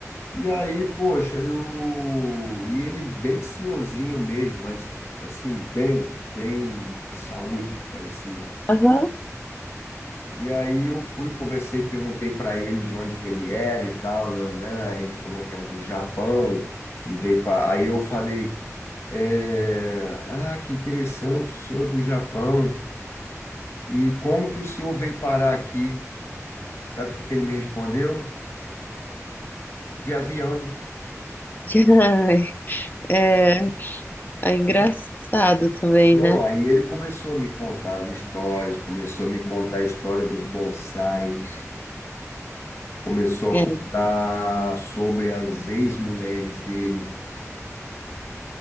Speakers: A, on the left (about 55°); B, on the left (about 35°).
A: E aí, poxa, eu. E ele bem senhorzinho mesmo, mas assim, bem, bem de saúde, parecia.
B: Aham.
A: E aí eu fui, conversei, perguntei para ele de onde que ele era e tal, né? Ele falou que era do Japão e veio para. Aí eu falei, é, ah, que interessante, o senhor é do Japão. E como que o senhor veio parar aqui? Sabe o que que ele me respondeu? De avião.
B: <laughs> Ai, É, é engraçado também,
A: Não,
B: né?
A: aí ele começou a me contar as histórias, começou a me contar a história dos bonsais, começou
B: É,
A: a contar sobre as ex-mulheres dele,